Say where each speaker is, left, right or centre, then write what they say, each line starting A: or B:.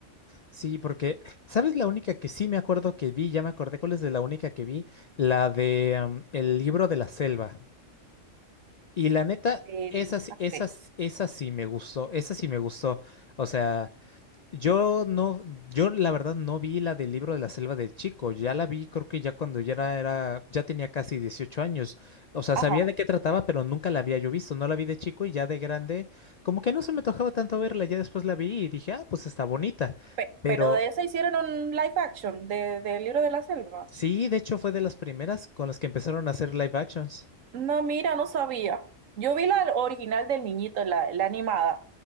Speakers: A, on the left; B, on the right.
A: Sí, porque, ¿sabes la única que sí me acuerdo que vi? Ya me acordé cuál es de la única que vi, la de am, El libro de la selva. Y la neta,
B: del
A: esa, sí-
B: aspecto.
A: esa, s- esa sí me gustó, esa sí me gustó. O sea, yo no, yo la verdad no vi la del libro de la selva de chico, ya la vi creo que ya cuando ya era, era- ya tenía casi 18 años. O sea,
B: Ajá,
A: sabía de qué trataba, pero nunca la había yo visto, no la vi de chico y ya de grande, como que no se me tocaba tanto verla, ya después la vi y dije, ah, pues está bonita,
B: pe-
A: pero...
B: pero de eso hicieron un live action de, del libro de la selva.
A: Sí, de hecho fue de las primeras con las que empezaron a hacer live actions.
B: No, mira, no sabía. Yo vi la original del niñito, la, la animada.